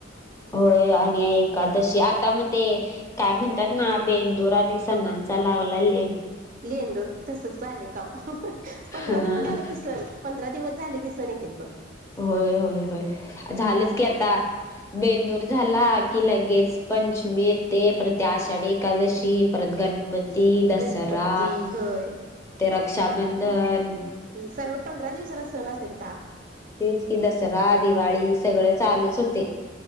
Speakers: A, on the left; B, on the right.
A: होय आणि एकादशी आता मग ते काय म्हणतात ना बेन दूरानी स नंचालगलालेड
B: लेंडूर तसच चाले काम पंधरा
A: हा
B: दिवस झालं किसन पंधरा दिवस झाले किसन सण येत बघ.
A: होय होय होय झालंच की आता बेंदूर झाला. की लगेच पंचमी येते प्रत आषाढी एकादशी परत गणपती दसरा
B: गणपती होय
A: ते रक्षाबंधन
B: सगळं पंधरा दिवसाला सण असते ते
A: तेच कि दसरा दिवाळी सगळं चालूच होत.